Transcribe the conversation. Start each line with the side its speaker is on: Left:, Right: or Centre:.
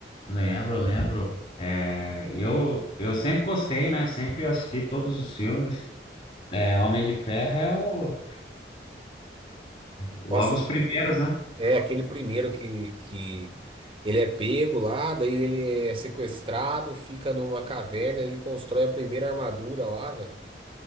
Left: lembro, lembro. É, eu, eu sempre gostei, né? Sempre assisti todos os filmes. É, Homem de Ferro é o, logo
Right: Nossa,
Left: os primeiros, né?
Right: é aquele primeiro que, que ele é pego lá, daí ele é sequestrado, fica numa caverna, ele constrói a primeira armadura lá, velho.